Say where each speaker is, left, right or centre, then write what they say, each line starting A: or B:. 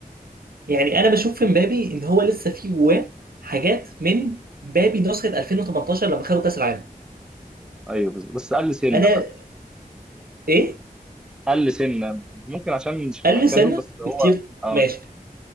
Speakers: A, on the right (about 85°); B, in the centre.
A: يعني انا بشوف في مبابي ان هو لسه في جواه حاجات من مبابي نسخه 2018 لما خدوا كاس العالم
B: ايوه بالظبط بس قل سنه
A: انا
B: بقى
A: ايه
B: قل سنه ممكن عشان مش في
A: قل
B: مركزه
A: سنه
B: بس هو
A: بكتير
B: اه
A: ماشي